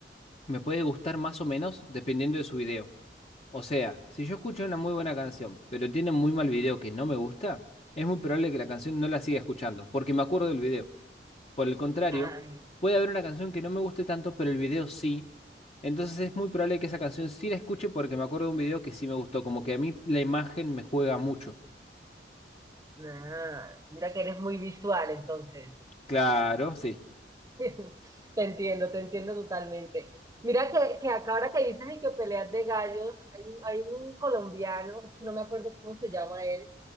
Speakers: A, on the left; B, on the right.
A: me puede gustar más o menos dependiendo de su video. O sea, si yo escucho una muy buena canción, pero tiene muy mal video que no me gusta, es muy probable que la canción no la siga escuchando, porque me acuerdo del video. Por el contrario,
B: Ay,
A: puede haber una canción que no me guste tanto, pero el video sí. Entonces es muy probable que esa canción sí la escuche porque me acuerdo de un video que sí me gustó, como que a mí la imagen me juega mucho.
B: ah, mira que eres muy visual entonces.
A: Claro, sí,
B: <laughs> Te entiendo, te entiendo totalmente. Mira que, que acá ahora que dices de que peleas de gallos, hay, hay un colombiano, es que no me acuerdo cómo se llama él,